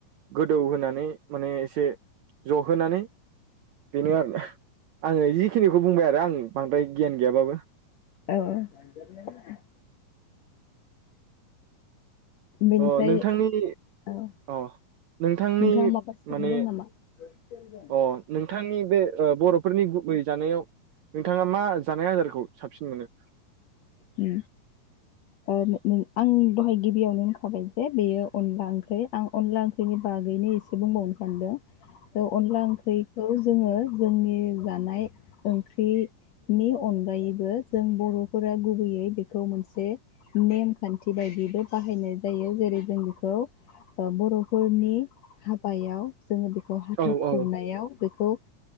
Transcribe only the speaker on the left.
औ। <unintelligible> बेनिफ्राय
ओ नोंथाङा
माबा सोंनो
दं नामा? <unintelligible>
उम। ओ नो नो आं दहाय गिबियावनो होनखाबाय जे बेयो अनला ओंख्रै। आं अनला ओंख्रै नि बागैनो एसे बुंबावनो सानदों। औ अनला ओंख्रिखौ जोङो जोंनि जानाय ओंख्रिनि अनगायैबो जों बर'फोरा गुबैयै बेखौ मोनसे नेमखान्थि बायदिबो बाहायनाय जायो जेरै जों बेखौ बर'फोरनि हाबायाव जोङो बेखौ हाथा
खुरनायाव
बेखौ ओ